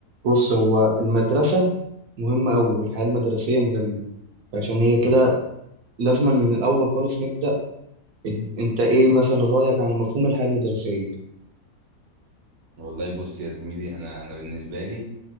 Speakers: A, on the right; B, on the right.
A: بص هو المدرسة مهمة أوي والحياة المدرسية مهمة عشان هي كده
B: امم
A: لازم من الأول خالص نبدأ إد- أنت إيه مثلا رأيك عن مفهوم الحياة المدرسية؟
B: والله بص يا زميلي انا انا بالنسبه لي